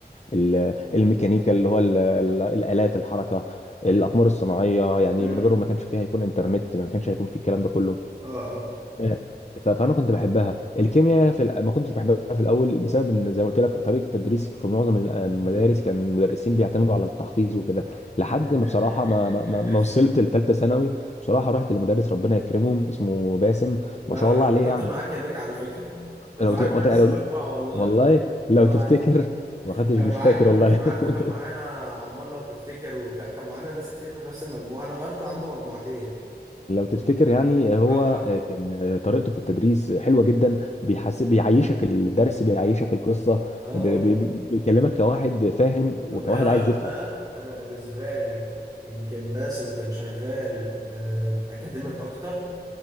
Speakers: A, on the left; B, on the right.
A: ال- الميكانيكا اللي هو ال- ال- الالات الحركه الاقمار الصناعيه يعني
B: مم.
A: من غيرهم ما كانش فيه هيكون انترنت ما كانش هيكون في الكلام ده كله
B: آه آه
A: آه، ف- فانا كنت بحبها الكيمياء في الأ- ما كنتش بحبها في الاول بسبب ان زي ما قلت لك طريقه التدريس في معظم ال- المدارس
B: مم.
A: كان المدرسين بيعتمدوا على التحفيظ وكده لحد
B: <laughs>
A: ما بصراحه ما ما, ما ما وصلت لثالثه ثانوي بصراحه رحت لمدرس ربنا يكرمه اسمه باسم
B: لا
A: ما شاء الله
B: أنا
A: عليه
B: كنت
A: يعني
B: معاك هناك على فكرة <laughs> كنت
A: لو
B: معاك في نفس
A: ت... لو
B: المجموعة والله
A: والله لو
B: الله
A: تفتكر
B: العظيم
A: ما خدتش
B: كان
A: مش
B: معاك
A: فاكر
B: كنت
A: والله
B: معاك
A: <laughs>
B: وكان معانا عمار لو تفتكر وكان معانا ناس كتير في نفس المجموعة انا غيرته عنده مجموعتين
A: لو تفتكر يعني هو
B: اه اه
A: آه، كان طريقته في التدريس حلوة جدا بيحس بيعيشك الدرس بيعيشك القصة
B: اه اه
A: ب- ب- بيكلمك كواحد فاهم وكواحد
B: طب ايه رأيك
A: عايز يفهم
B: بقى انا بالنسبة لي يمكن باسم كان شغال آم، اكاديميك اكتر